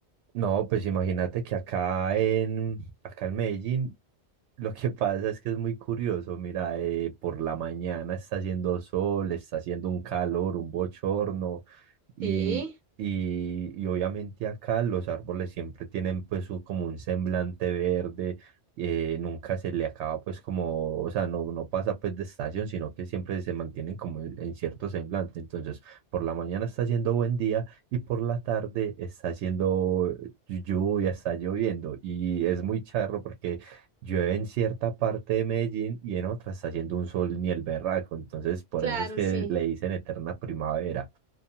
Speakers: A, on the right; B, on the right.
A: No, pues imagínate que acá en, acá en Medellín <laughs> lo que pasa es que es muy curioso. Mira, eh, por la mañana está haciendo sol, está haciendo un calor, un bochorno. Y,
B: Sí,
A: y, y obviamente acá los árboles siempre tienen pues su- como un semblante verde, eh, nunca se le acaba pues como, o sea, no, no pasa pues de estación, sino que siempre se mantienen como en, en cierto semblante. Entonces, por la mañana está haciendo buen día y por la tarde está haciendo llu- lluvia, está lloviendo y es muy charro porque llueve en cierta parte de Medellín y en otra está haciendo un sol ni el berraco. Entonces, por
B: claro,
A: eso es que
B: sí.
A: le dicen eterna primavera.